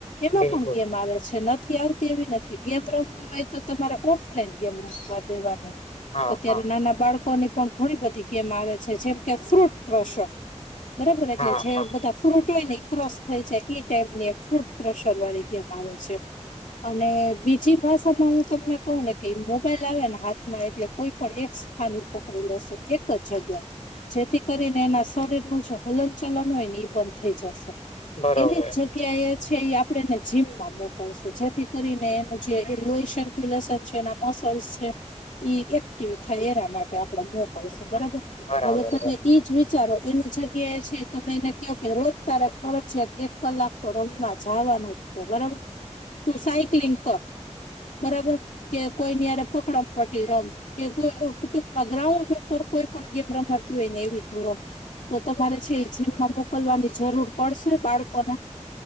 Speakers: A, on the left (about 85°); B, on the left (about 60°).
A: એમાં
B: બિલકુલ
A: પણ કેમ આવે છે નથી આવતી તેવી નથી ગેમ રમવી હોય તો તમારે ઓફલાઈન ગેમ રમવા દેવાની
B: હા
A: અત્યારે
B: હા
A: નાના બાળકોની પણ ઘણી બધી ગેમ આવે છે જેમ કે ફ્રૂટ ક્રોશર બરાબર એટલે
B: હા
A: છે
B: હા
A: બધા ફ્રૂટ હોય ને ક્રોસ થઈ છેાય એ ટાઈપ ની એક ફ્રૂટ ક્રશર વાળી ગેમ આવે છે અને બીજી ભાષામાં હું તમને કહું ને કે મોબાઈલ આવે ને હાથમાં એટલે કોઈ પણ એક સ્થાાન પકડી લેશે એક જ જગ્યા જેથી કરીને એના શરીરનું જે હલન ચલન હોય ને એ બંધ થઈ જશે
B: બરોબર
A: એની જ જગ્યા એ છે એ આપણેેને જીમ માં મોકલશું જેથી કરીને એનું જે લેન છે. એના મસલ્સ છે. એક્ટિવ થાય એના માટે આપ કરશો
B: હા
A: બરાબર
B: બરાબર
A: હવે
B: બરાબર
A: તમે એજ વિચારો એની જગ્યાએ એ છે. તમે એને કહો કે રોજ તારે ફરજિયાત એક કલાક તો રમવા જવાનું બરાબર તું સાયકલિંગ કર બરાબર કે કોઈ નીયારે પકડ પડી રમ કે કોઈ કુટુંબ માં ગ્રાઉન્ડ ઉપર કોઈ પણ ગેમ રમાતી હોય ને એવી થ રમ તો તમારે છે. એ જીમમાં મોકલવાની જરૂર પડશે બાળકોને